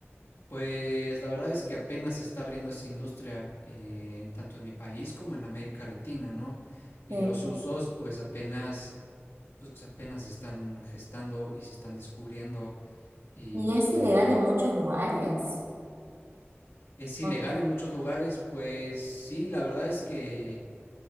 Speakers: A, on the left; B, on the right.
A: pues la verdad es que apenas se está abriendo esa industria, eh, tanto en mi país como en América Latina, ¿no? Y
B: Sí.
A: los usos pues apenas, pues apenas se están gestando y se están descubriendo y
B: Y es ilegal en muchos lugares.
A: es ilegal
B: Ah,
A: en muchos lugares, pues sí, la verdad es que